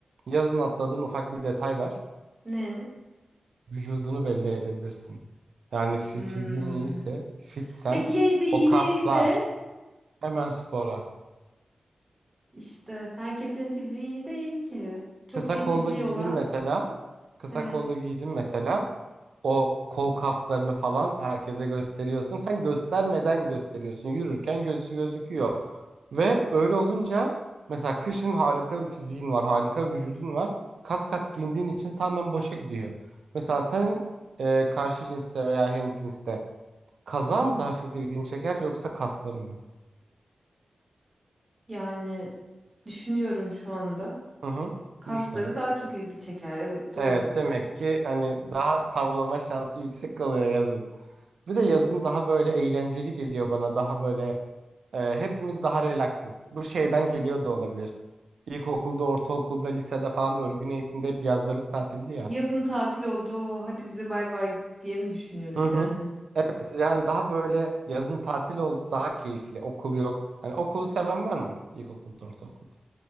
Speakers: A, on the right (about 80°); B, on the right (about 15°).
A: yazın atladığın ufak bir detay var.
B: Ne?
A: Vücudunu belli edebilirsin. Yani fi-
B: Hmm.
A: fiziğin iyiyse, fitsen
B: Peki ya de iyi
A: o kaslar
B: değilse?
A: hemen spora.
B: İşte herkesin fiziği iyi değil ki. Çok
A: Kısa
B: iyi
A: kollu
B: fiziği
A: giydin
B: olan.
A: mesela. Kısa
B: Evet.
A: kollu giydin mesela. O kol kaslarını falan herkese gösteriyorsun. Sen göstermeden gösteriyorsun. Yürürken gözü gözüküyor. Ve öyle olunca mesela kışın harika bir fiziğin var, harika bir vücudun var. Kat kat giyindiğin için tamamen boşa gidiyor. Mesela sen e, karşı cinste veya hemcinste kaza mı daha çok ilgini çeker yoksa kasları mı?
B: Yani düşünüyorum şu anda.
A: Hı hı.
B: Kasları
A: Düşünelim.
B: daha çok ilgi çeker. Evet,
A: Evet
B: doğru.
A: demek ki hani daha tavlama şansı yüksek oluyor yazın. Bir de yazın daha böyle eğlenceli geliyor bana. Daha böyle Ee, hepimiz daha relaksız. Bu şeyden geliyor da olabilir. İlkokulda, ortaokulda, lisede falan örgün eğitimde hep yazları tatildi ya.
B: Yazın tatil oldu. Hadi bize bay bay diye mi düşünüyoruz
A: Hı hı.
B: yani?
A: Yani daha böyle yazın tatil oldu daha keyifli. Okul yok. Hani okulu seven var mı? İlkokulda, ortaokulda.